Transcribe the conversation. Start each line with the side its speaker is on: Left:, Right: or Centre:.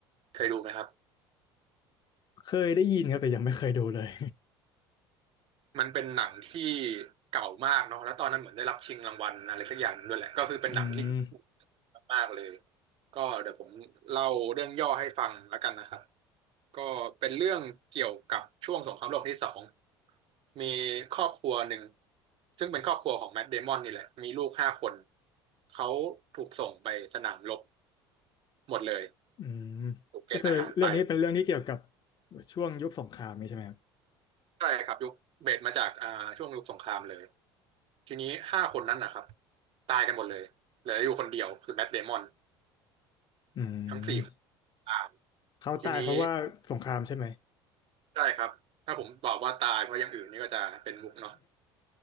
Right: เคยดูไหมครับ
Left: เคยได้ยินครับแต่ยังไม่เคยดูเลย
Right: มันเป็นหนังที่เก่ามากเนาะแล้วตอนนั้นเหมือนได้รับชิงรางวัลอะไรสักอย่างด้วยแหละก็คือเป็นหนังที่
Left: <laughs> อืม
Right: มากๆเลยก็เดี๋ยวผมเล่าเรื่องย่อให้ฟังแล้วกันนะครับก็เป็นเรื่องเกี่ยวกับช่วงสงครามโลกที่สองมีครอบครัวหนึ่งซึ่งเป็นครอบครัวของแมทเดมอนนี่แหละมีลูกห้าคนเขาถูกส่งไปสนามรบหมดเลย
Left: อืม
Right: ถูกเกณฑ์ทหารไป
Left: ก็คือเรื่องนี้เป็นเรื่องที่เกี่ยวกับช่วงยุคสงครามนี้ใช่ไหมครับ
Right: ใช่ครับยุคเบสมาจากอ่าช่วงยุคสงครามเลย ทีนี้ห้าคนนั้นนะครับตายกันหมดเลยเหลืออยู่คนเดียวคือแมทเดมอน
Left: อืม
Right: ทั้งสี่คนตาย
Left: เขาตายเพราะว่าสงครามใช่ไหม
Right: ทีนี้ใช่ครับถ้าผมบอกว่าตายเพราะอย่างอื่นนี่ก็จะเป็นมุกเนาะ